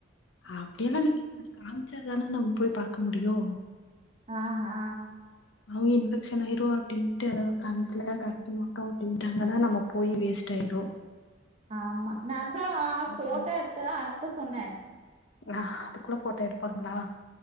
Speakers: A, on the left; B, on the right.
A: அப்டில்லா நெனைக்க மாட்டா காம்ச்சாதானே நம்ம போய் பாக்க முடியு
B: ஆ ஹா
A: அவு இன்ஃபெக்ஷன் ஆயிருவா அப்டின்ட்டு அததா காமிக்ல காமிக்க மாட்டோ அப்டின்ட்டாங்கனா நம்ம போயி வேஸ்ட்டாயிரு
B: ஆமா நா தா
A: அதா
B: ஃபோட்டோ எட்த்து அனுப்ப சொன்னே
A: ஆ அதுக்குள்ள போட்டோ எடுப்பாங்களா